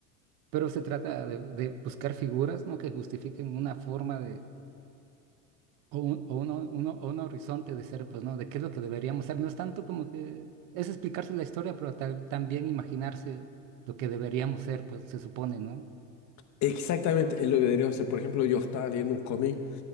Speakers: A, on the right (about 60°); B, on the left (about 45°).
A: Pero se trata de, de buscar figuras, ¿no? que justifiquen una forma de o un, o uno- uno- o un horizonte de ser, pues, ¿no? De qué es lo que deberíamos ser. No es tanto como que es explicarse la historia, pero ta- también imaginarse lo que deberíamos ser, pues se supone, ¿no?
B: Exactamente, es lo que debería hacer. Por ejemplo, yo estaba leyendo un cómic